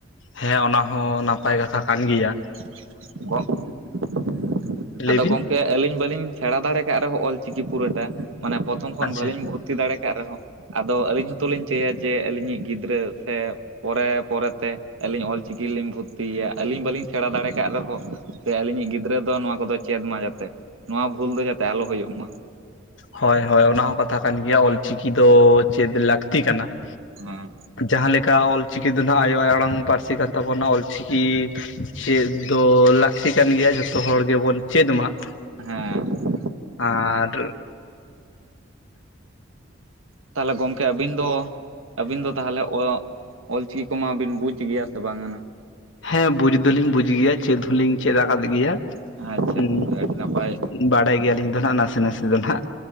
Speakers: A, on the left; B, on the right.
A: ᱦᱮᱸ ᱚᱱᱟ ᱦᱚᱸ ᱱᱟᱯᱟᱭ ᱠᱟᱛᱷᱟ ᱠᱟᱱ ᱜᱮᱭᱟ ᱾
B: <unintelligible>
A: ᱞᱟᱹᱭᱵᱤᱱ
B: ᱟᱫᱚ ᱜᱚᱢ ᱠᱮ ᱟᱹᱞᱤᱧ ᱵᱟᱹᱞᱤᱧ ᱥᱮᱬᱟ ᱫᱟᱲᱮ ᱠᱟᱜ ᱨᱮᱦᱚᱸ ᱚᱞ ᱪᱤᱠᱤ ᱯᱩᱨᱟᱹᱴᱟ ᱢᱟᱱᱮ ᱯᱚᱛᱷᱚᱢ ᱠᱷᱚᱱ
A: ᱟᱪᱪᱷᱟ
B: ᱵᱟᱹᱞᱤᱧ ᱵᱷᱩ ᱛᱤ ᱫᱟᱲᱮ ᱠᱟᱜ ᱨᱮᱦᱚᱸ ᱟᱫᱚ ᱟᱹᱞᱤᱧ ᱦᱚᱸᱛ ᱞᱤᱧ ᱪᱟᱹᱭᱟ ᱡᱮ ᱟᱹᱞᱤᱧᱤᱡ ᱜᱤᱫᱽᱨᱟᱹ ᱥᱮ ᱯᱚᱨᱮ ᱯᱚᱨᱮᱛᱮ ᱟᱹᱞᱤᱧ ᱚᱞᱪᱤᱠᱤ ᱨᱮᱞᱤᱧ ᱵᱷᱚᱛᱛᱤᱭᱟ ᱟᱹᱞᱤᱧ ᱵᱟᱹᱞᱤᱧ ᱥᱮᱬᱟ ᱫᱟᱲᱮ ᱠᱟᱜ ᱨᱮᱦᱚᱸ ᱥᱮ ᱟᱹᱞᱤᱧᱤᱡ ᱜᱤᱫᱽᱨᱟᱹ ᱫᱚ ᱱᱚᱣᱟ ᱠᱚᱫᱚᱭ ᱪᱮᱫ ᱢᱟ ᱡᱟᱛᱮ ᱱᱚᱣᱟ ᱵᱷᱩᱞ ᱫᱚ ᱡᱟᱛᱮ ᱟᱞᱚ ᱦᱩᱭᱩᱜ ᱢᱟ ᱾
A: ᱦᱚᱭ ᱦᱚᱭ ᱚᱱᱟ ᱦᱚᱸ ᱠᱟᱛᱷᱟ ᱠᱟᱱ ᱜᱮᱭᱟ ᱚᱞᱪᱤᱠᱤ ᱫᱚ ᱪᱮᱫᱽ ᱞᱟᱠᱛᱤ ᱠᱟᱱᱟ ᱾
B: ᱦᱮᱸ
A: ᱡᱟᱦᱟᱸ ᱞᱮᱠᱟ ᱚᱞ ᱪᱤᱠᱤ ᱫᱚ ᱱᱟᱜ ᱟᱭᱳ ᱟᱲᱟᱝ ᱯᱟᱹᱨᱥᱤ ᱠᱟᱱ ᱛᱟᱵᱚᱱᱟ ᱚᱞᱪᱤ ᱠᱤ ᱪᱮᱫ ᱫᱚ ᱞᱟᱠᱛᱤ ᱠᱟᱱ ᱜᱮᱭᱟ ᱡᱷᱚᱛᱚ ᱦᱚᱲ ᱜᱮᱵᱚᱱ ᱪᱮᱫ ᱢᱟ ᱾
B: ᱦᱮᱸ
A: ᱟᱨ
B: ᱛᱟᱦᱚᱞᱮ ᱜᱚᱢᱠᱮ ᱟᱹᱵᱤᱱ ᱫᱚ ᱟᱹᱵᱤᱱ ᱫᱚ ᱛᱟᱦᱚᱞᱮ ᱚ ᱚᱞᱪᱤᱠᱤ ᱠᱚᱢᱟᱵᱤᱱ ᱵᱩᱡᱽ ᱜᱮᱭᱟ ᱥᱮ ᱵᱟᱝᱱᱟ?
A: ᱦᱮᱸ ᱵᱩᱡ ᱫᱚᱞᱤᱧ ᱵᱩᱡ ᱜᱮᱭᱟ ᱪᱮᱫ ᱦᱚᱸᱞᱤᱧ ᱪᱮᱫ ᱟᱠᱟᱫ ᱜᱮᱭᱟ
B: ᱟᱪᱪᱷᱟ
A: ᱩ
B: ᱜᱚᱝᱠᱮ ᱟᱹᱰᱤ ᱱᱟᱯᱟᱭ
A: ᱵᱟᱲᱟᱭ ᱜᱮᱭᱟᱞᱤᱧ ᱫᱚ ᱱᱟᱜ ᱱᱟᱥᱮ ᱱᱟᱥᱮ ᱫᱚ ᱱᱟᱦᱟᱜ